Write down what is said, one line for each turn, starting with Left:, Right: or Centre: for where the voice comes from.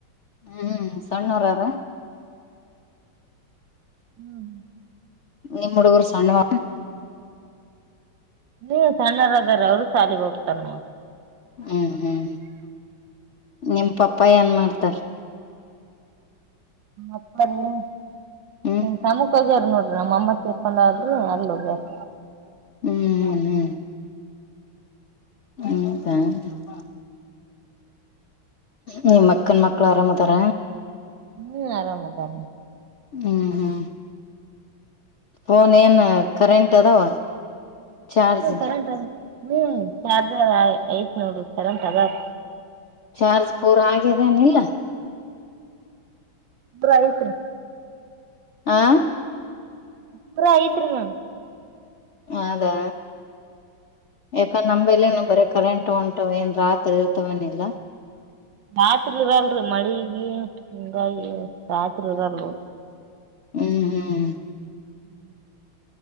Left: ಹ್ಮು ಸಣ್ಣೂರರ
Right: ಹ್ಮ್
Left: ಹ್ಮು ನಮ್ ಹುಡುಗ್ರು ಸಣ್ಣವ
Right: ಹ್ಮು ನೀವ್ ಸಣ್ಣರ ಅದಾರ ಅವರು ಸಾಲಿಗೆ ಹೋಗ್ತಾರೆನ
Left: ಹ್ಮ್ ಹ್ಮ್ ನಿಮ್ ಪಪ್ಪ ಏನ್ ಮಾಡ್ತಾರ್
Right: ಅಪ್ಪ ನತಮ್ಮುಖ
Left: ಹ್ಮ್
Right: ಹೋಗ್ಯಾರ್ ನೋಡ್ರಿ ನಮ್ಮಮ್ಮ ತೀರ್ಕೊಂಡ ಆಳ್ರಿ ಅಲ್ಲಿ ಹೋಗ್ಯರ್
Left: ಹ್ಮ್ ಹ್ಮ್ ಹ್ಮ್ ಹ್ಮು <unintelligible> ನಿಮ್ ಅಕ್ಕನ್ ಮಕ್ಳು ಆರಾಮ ಅದಾರ
Right: ಹ್ಮು ಆರಾಮದರ
Left: ಹ್ಮ್ ಹ್ಮು ಫೋನ್ ಏನು ಕರೆಂಟ್ ಅದಾವ ಚಾರ್ಜ್
Right: ಹ್ಮ ಕರೆಂಟ್ ಅದ ಹ್ಮು ಚಾರ್ಜರ್ ಐತ್ ನೋಡ್ರಿ ಕರೆಂಟ್ ಅದಾದ
Left: ಚಾರ್ಜ್ ಪೂರಾ ಆಗ್ಯದೇನ್ಲೆ
Right: ಪ್ರಾವಿಕ್ರು
Left: ಆ
Right: ಪುರೊಹಿತ್ರು ಮೆ
Left: ಅದಾ ಯಕ ನಂಬ್ಲಿಲ್ಲ ನಾವ್ ಬರುಕ್ಕುಲಂತ ಹೊಂಟವೆ ಏನ್ ರಾತ್ರಿ ಇರ್ತವನಿಲ್ಲಾ
Right: ರಾತ್ರಿ ಇರಲ್ರಿ ಮಳಿಗಿ ಹಂಗಾಗಿ ರಾತ್ರಿ ಇರಲ್ರಿ
Left: ಹ್ಮ್ ಹ್ಮು
Right: <inaudible>